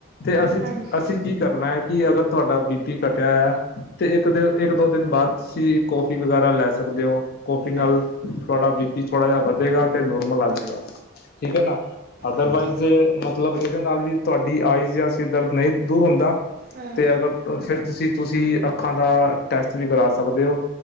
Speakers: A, on the left (about 50°); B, on the right (about 45°).
A: ਤੇ ਅਸੀਂ।
B: ਹਾਂਜੀ
A: ਅਸੀਂ ਕੀ ਕਰਨਾ ਹੈ। ਕਿ ਅਗਰ ਤੁਹਾਡਾ ਬੀਪੀ ਘੱਟਿਆ ਹੈ ਤੇ ਇੱਕ ਦਿ ਇੱਕ ਦੋ ਦਿਨ ਬਾਅਦ'ਚ। ਤੁਸੀਂ ਕੌਫੀ ਵਗੈਰਾ ਲੈ ਸਕਦੇ ਹੋ। ਕੌਫੀ ਨਾਲ
B: ਅ,
A: ਤੁਹਾਡਾ ਬੀ ਪੀ ਥੋੜ੍ਹਾ ਜਿਹਾ ਵੱਧੇਗਾ। ਤੇ ਨੋਰਮਲ ਆ ਜਾਏਗਾ ਠੀਕ ਹੈ ਨਾ ਅਦਰਵਾਈਜ਼
B: ਹਾਂਜੀ
A: ਜੇ ਮਤਲਬ ਇਹਦੇ ਨਾਲ ਵੀ ਤੁਹਾਡੀ ਆਈਜ਼ ਜਾਂ ਸਿਰ ਦਰਦ ਨਹੀਂ ਦੂਰ ਹੁੰਦਾ
B: ਹਾਂ
A: ਤੇ ਅਗਰ ਫਿਰ ਤੁਸੀਂ-ਤੁਸੀਂ ਅੱਖਾਂ ਦਾ ਟੈਸਟ ਵੀ ਕਰਾ ਸਕਦੇ ਓ।